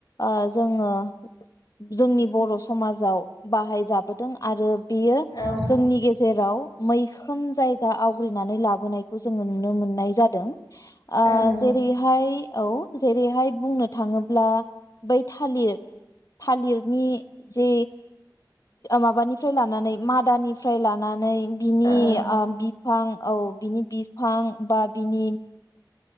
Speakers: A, on the left; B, on the left.
A: ओ जोङो जोंनि बर' समाजाव बाहायजाबोदों आरो बेयो
B: औ
A: जोंनि गेजेराव मैखोम जायगा आवग्रिनानै लाबोनायखौ जोङो नुनो मोननाय जादों आ
B: औ
A: जेरैहाय
B: नोंथां
A: औ जेरैहाय बुंनो थाङोब्ला बै थालिर थालिरनि जे माबानिफ्राय लानानै मादानिफ्राय लानानै बिनि
B: औ
A: ओ बिफ फां औ बिनि बिफां बा बिनि